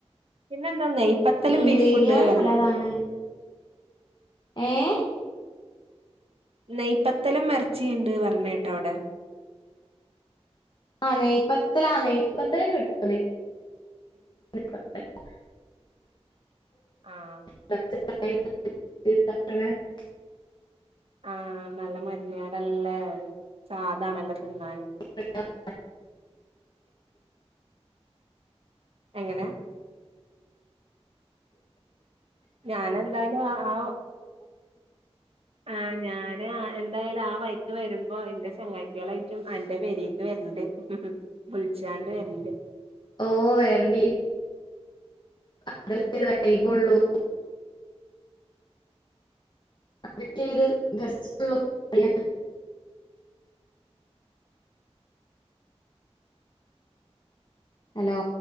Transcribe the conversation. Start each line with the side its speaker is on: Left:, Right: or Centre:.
Right: പിന്നെ എന്താ നെയ്പ്പത്തലും
Left: ഉം
Right: ബീഫുണ്ട്
Left: ബിരിയാണി
Right: അർണേട്ട്
Left: നല്ലതാണ് ഏഹ്
Right: നെയ്പത്തലും എർച്ചീണ്ട് പർണേട്ട്അവടെ
Left: ആഹ് നെയ്പ്പത്തലാ ആഹ് നെയ്പ്പത്തലും കിട്ടും <unintelligible>
Right: ആഹ്
Left: <unintelligible>
Right: ആഹ് നല്ല മര്ന്നേളല്ലേ അത് ചാദാണല്ലൊ തിന്നാന്
Left: <inaudible>
Right: എങ്ങനെ ഞാനെന്തായാലും അ ആഹ് ആഹ് ഞാന് ആഹ് എന്തായാലും ആ വഴിക്ക് വെരുമ്പാെ ഇന്റെ ചെങ്ങായ്ച്ചിയേളേറ്റും അന്റെ പെരീക്ക് വെര്ണ്ട് ഉം ഉം വിൾച്ച്കാണ്ട് വെര്ണ്ട്
Left: ഓഹ് വെരണ്ടീ അതല്ലേ ഒര് വൈബൊള്ളൂ അപ്പഴേക്കൊരു ഗസ്റ്റ് വന്നുപോയി ഹലോ